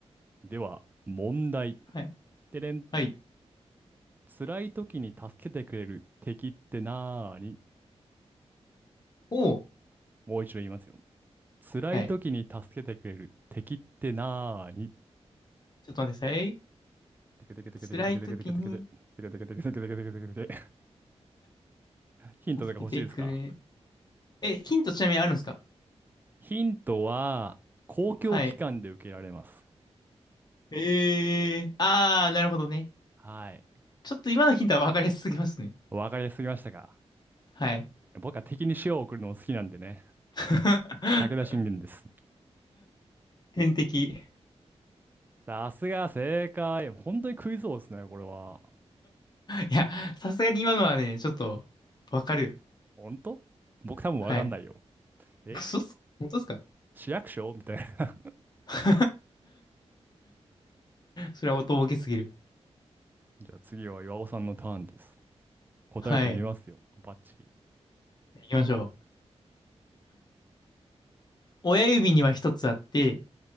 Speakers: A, on the right (about 15°); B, on the left (about 40°).
A: では、問題。
B: はい、
A: てれん。
B: はい。
A: 辛い時に助けてくれる敵ってなーに。
B: おう
A: もう一度言いますよ。辛い時に助けてくれる敵ってなーに。
B: はい。ちょっと待ってください。
A: てけてけてけてけてけてけてけてけてけて
B: 辛い時に、
A: けてけてけてけてけてけてけてヒントとか欲しいですか
B: 助けてくれ。え、ヒントちなみにあるんですか
A: ヒントは、公共機関で受けられます。
B: はい。ええー、あー、なるほどね。
A: はい。
B: ちょっと今のヒントは分かりやすすぎますね。
A: わかりやすすぎましたが、
B: はい。
A: 僕は敵に塩を送るのも好きなんでね、
B: <laughs>
A: 武田信玄です。
B: 天敵。<laughs> い
A: さすが正解。本当にクイズ王ですね、これは。
B: や、さすがに今のはね、ちょっと分かる
A: 本当僕多分わかんないよ。
B: はい。
A: え
B: 嘘っす本当ですか
A: 市役所みたいな。<laughs>
B: <laughs> それはおとぼけすぎる。
A: じゃあ次は岩尾さんのターンです。答えてみますよ。
B: はい。
A: バッチリ。
B: 行きましょう。親指には一つあって、